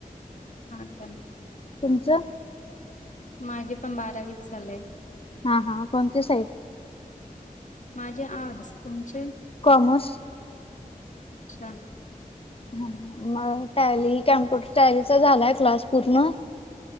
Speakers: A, on the left (about 55°); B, on the left (about 40°).
A: हा चाल <unintelligible>
B: तुमच?
A: माझे पण बारावीच चालेय.
B: हा हा कोणती साईज?
A: माझे आर्डस तुमचे?
B: कॉमर्स.
A: अच्छा.
B: ह मग टयाली कॅम्प्युटर टयालीचा झालाय क्लास पूर्ण